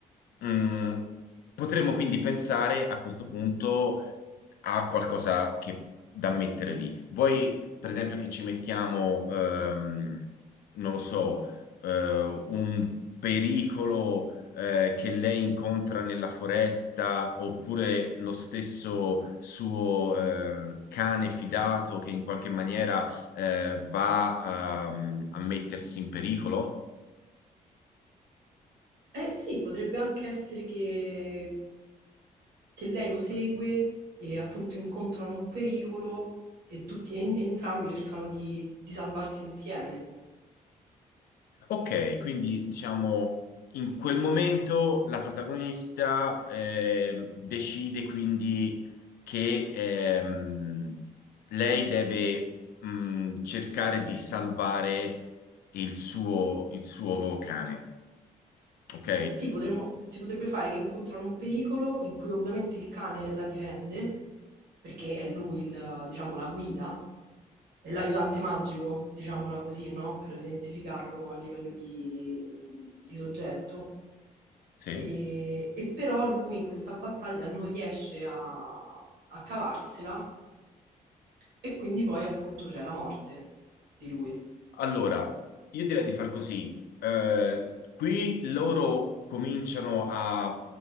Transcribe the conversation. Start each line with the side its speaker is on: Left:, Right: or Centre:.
Left: mh, potremmo quindi pensare a questo punto a qualcosa che, da mettere lì. Vuoi, per esempio, che ci mettiamo, ehm, non lo so, eh, un pericolo eh, che lei incontra nella foresta, oppure lo stesso suo eh, cane fidato che in qualche maniera eh, va ehm, a mettersi in pericolo.
Right: Eh sì, potrebbe anche essere che, che lei lo segue e appunto incontrano un pericolo e tutti, e- e entrambi cercano di di salvarsi insieme.
Left: Ok, quindi diciamo. In quel momento la protagonista eh, decide quindi che ehm, lei deve mh, cercare di salvare il suo, il suo cane, ok?
Right: Sì, potremmo- si potrebbe fare che incontrano un pericolo in cui ovviamente il cane la difende, perché è lui il, diciamo, la guida, è l'aiutante magico, diciamola così, no? Per identificarlo a livello di, di soggetto.
Left: Sì?
Right: E, e però lui in questa battaglia non riesce a, a cavarsela e quindi poi appunto c'è la morte di lui.
Left: Allora, io direi di far così. Eh, qui loro cominciano a